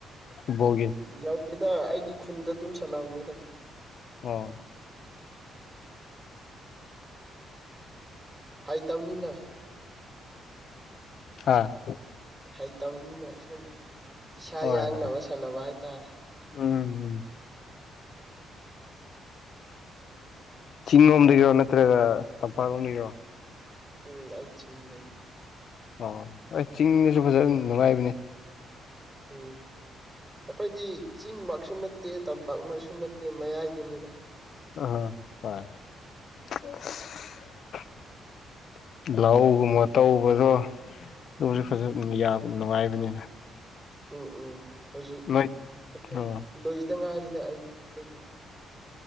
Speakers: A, on the left; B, on the right.
A: ꯕꯣꯜꯒꯤ
B: ꯌꯥꯎꯗꯦꯗ ꯑꯩꯗꯤ ꯈꯨꯟꯗ ꯑꯗꯨꯝ ꯁꯥꯟꯅꯕꯅꯤꯗ
A: ꯑꯣ
B: ꯍꯩꯇꯕꯅꯤꯅ
A: ꯍꯥꯥ
B: ꯍꯩꯇꯕꯅꯤꯅ ꯁꯨꯝ ꯏꯁꯥ
A: ꯍꯣꯏ
B: ꯌꯥꯡꯅꯕ
A: ꯍꯣꯏ
B: ꯁꯥꯟꯅꯕ ꯍꯥꯏꯇꯥꯔꯦ
A: ꯎꯝ ꯎꯝ ꯆꯤꯡ ꯂꯣꯝꯗꯒꯤꯔꯣ ꯅꯠꯇ꯭ꯔꯒ ꯇꯝꯄꯥꯛꯂꯣꯝꯗꯒꯤꯔꯣ
B: ꯎꯝ ꯑꯩ ꯆꯤꯡꯗꯩꯅꯤ
A: ꯑꯣ ꯍꯣꯏ ꯆꯤꯡꯗꯁꯨ ꯐꯖꯅ ꯅꯨꯡꯉꯥꯏꯕꯅꯦ
B: ꯎꯝ ꯑꯩꯈꯣꯏꯗꯤ ꯆꯤꯡꯃꯛꯁꯨ ꯅꯠꯇꯦ ꯇꯝꯄꯥꯛꯃꯛꯁꯨ ꯅꯠꯇꯦ ꯃꯌꯥꯏꯗꯨꯅꯤꯗ
A: <unintelligible> ꯂꯧꯒꯨꯝꯕ ꯇꯧꯕꯗꯣ ꯅꯣꯡꯁꯨ ꯐꯖꯅ ꯌꯥꯕ ꯅꯨꯡꯉꯥꯏꯕꯅꯤꯅ
B: ꯎꯝ ꯎꯝ ꯍꯧꯖꯤꯛ
A: ꯅꯣꯏ
B: ꯑꯩꯈꯣꯏ
A: ꯑꯣ
B: ꯂꯣꯏꯗ ꯉꯥꯏꯔꯤꯗ ꯑꯩ ꯑꯩꯈꯣꯏꯗꯤ